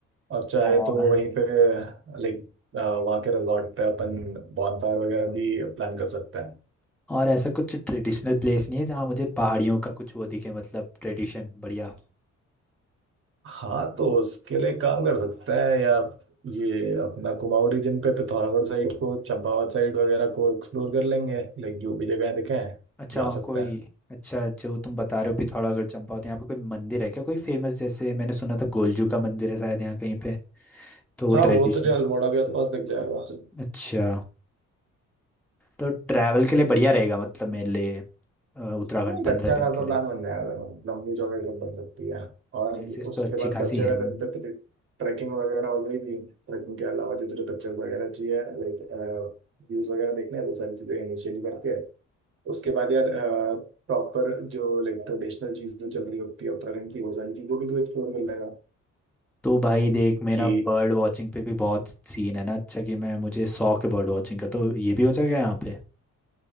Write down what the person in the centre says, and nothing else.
और
और ऐसा कुछ ट्रेडिशनल प्लेस नहीं है जहाँ मुझे पहाड़ियों का कुछ वो दिखे मतलब ट्रेडिशन बढ़िया
अच्छा
वहाँ
कोई
अच्छा जो तुम बता रहे हो पिथौरागढ़ चंपावत यहाँ पे कोई मंदिर है क्या कोई फेमस जैसे मैंने सुना था गोलजू का मंदिर है शायद यहाँ कहीं पे तो वो
ट्रेडिशनल
अच्छा तो ट्रैवल के लिए बढ़िया रहेगा मतलब मेरे लिए अ, उत्तराखंड
पंद्रह
दिन
के लिए
प्लेसेस
तो अच्छी
खासी
हैं
तो भाई देख मेरा
बर्ड वॉचिंग पे भी बहुत सीन है ना अच्छा कि मैं मुझे शौक है बर्ड वॉचिंग का तो ये भी हो जाएगा यहाँ पे